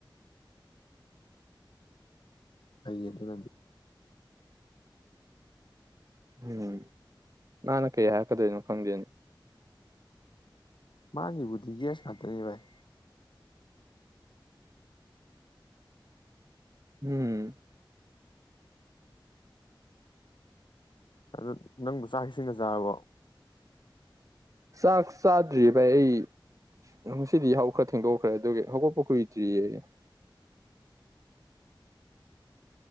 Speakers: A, on the left; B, on the right.
A: ꯑꯩꯅꯤ ꯅꯅꯤ
B: ꯎꯝ ꯅꯅ ꯀꯩ ꯍꯥꯏꯀꯗꯣꯏꯅꯣ ꯈꯪꯗꯦꯅꯤ
A: ꯃꯥꯒꯤꯕꯨꯗꯤ ꯒꯦꯁ ꯉꯥꯛꯇꯅꯤ ꯚꯥꯏ
B: ꯎꯝ
A: ꯑꯗꯨ ꯅꯪꯕꯨ ꯆꯥꯛꯈꯤꯁꯤꯡꯒ ꯆꯥꯔꯕꯣ
B: ꯆꯥꯛ ꯆꯥꯗ꯭ꯔꯤꯌꯦ ꯚꯥꯏ ꯑꯩ ꯉꯁꯤꯗꯤ ꯍꯧꯈ꯭ꯔ ꯊꯦꯡꯗꯣꯛꯈ꯭ꯔꯦ ꯑꯗꯨꯒꯤ ꯍꯧꯒꯣꯛꯄ ꯀꯨꯏꯗ꯭ꯔꯤꯌꯦ